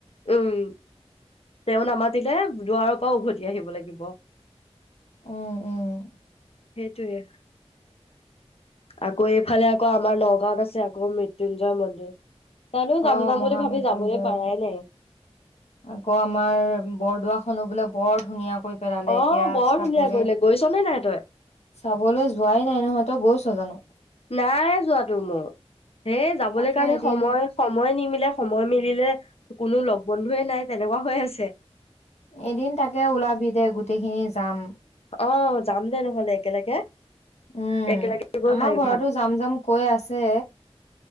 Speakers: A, on the left (about 65°); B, on the left (about 80°).
A: উম তেওঁ নামাতিলে দুৱাৰৰ পৰা উভতি আহিব লাগিব।
B: উম, উম।
A: সেইটোৱে আকৌ এইফালে আকৌ আমাৰ নগাঁৱত আছে আকৌ মৃত্যুঞ্জয় মন্দিৰ। তালৈয়ো যাম,
B: অ
A: যাম
B: মহামৃত্যুঞ্জয়
A: বুলি ভাবি যাবলে পাৰাই নাই।
B: আকৌ আমাৰ বৰদোৱাখনো বোলে বৰ ধুনীয়া। কৰি পেলালে
A: অ
B: এতিয়া
A: বৰ
B: চাবলে,
A: ধুনীয়া কৰিলে গৈছ নে নাই তই
B: চাবলৈ যোৱাই নাই নহয়, তই গৈচ জানো।
A: নাই যোৱাটো মোৰ হে যাবলৈ
B: তাকে
A: কাৰণে
B: এদিন
A: সময় সময় নিমিলে, সময় মিলিলে কোনো লগ বন্ধুয়ে নাই তেনেকুৱা হৈ আছে।
B: এদিন তাকে ওলাবি দে গোটেইখিনি যাম।
A: অ যাম দে নহ'লে একেলগে।
B: উম
A: একেলগে গৈ
B: আমাৰ
A: ভাব
B: ঘৰতো যাম যাম কৈ আছে।